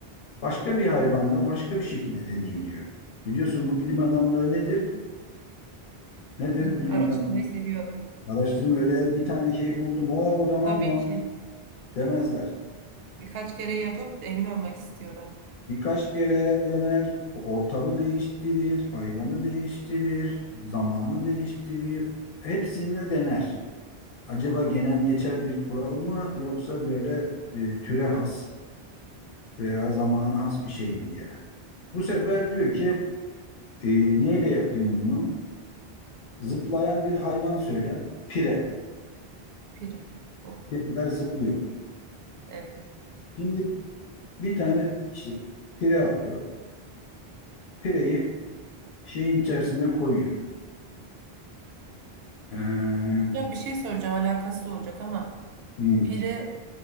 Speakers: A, on the left; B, on the right.
A: başka bir hayvanda başka bir şekilde deneyim diyor. Biliyorsun bu bilim adamları nedir? Nedir
B: Nedir?
A: bilim
B: Araştırmayı
A: adamları?
B: seviyorlar.
A: Araştırma öyle bir tane şey buldum. O tamam
B: Tabii
A: mı?
B: ki.
A: Demezler.
B: Birkaç kere yapıp emin olmak istiyorlar.
A: Birkaç kere yener, ortamı değiştirir, hayvanı değiştirir, zamanı değiştirir. Hepsinde dener. Acaba genel geçer bir kural mı yoksa böyle e, türe has veya zamana has bir şey mi diye. Bu sefer diyor ki e, neyle yapayım bunu? Zıplayan bir hayvan söyle. Pire.
B: Biri. O.
A: Pireler zıplıyor.
B: Evet.
A: Şimdi bir tane işte pire alıyor. Pireyi şeyin içerisine koyuyor. Ee,
B: Hocam bir şey soracağım alakası olacak ama
A: hmm,
B: pire